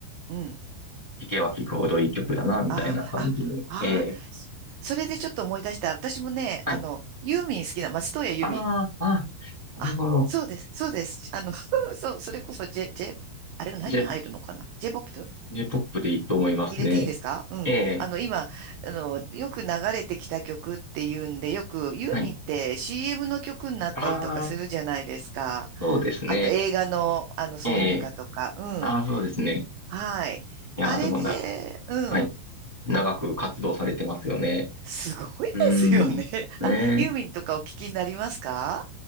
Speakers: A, on the right; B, in the centre.
A: うん。
B: 聴けば聴くほどいい曲だな、みたいな感じに。
A: ああ、ああ、
B: ええ
A: そそれでちょっと思い出した。私もね、
B: はい。
A: あの、ユーミン好きな、松任谷由実。
B: ああ、ああ、
A: あ、
B: なるほど。
A: そうです、そうです。あの、<laughs> そう、それこそ J、J、あれ何入るのかな
B: J-POP
A: j p ップ？
B: j ポップでいいと思いますね。
A: 入れていいですかうん。
B: ええ
A: あの、今、あの、よく流れてきた曲っていうんで、よくユーミンって
B: はい。
A: CM の曲になったりとかするじゃないですか。
B: ああ、そうですね。
A: あと映画の、あの挿入歌とか。
B: ええ
A: うん。
B: ああ、そうですね。
A: はい。
B: いやー、
A: あれで、
B: でもな、
A: うん。
B: はい。長く活動されてますよね。
A: すごいですよね。
B: うーん。
A: <laughs>
B: ね
A: あ、ユーミンとかお聞きになりますか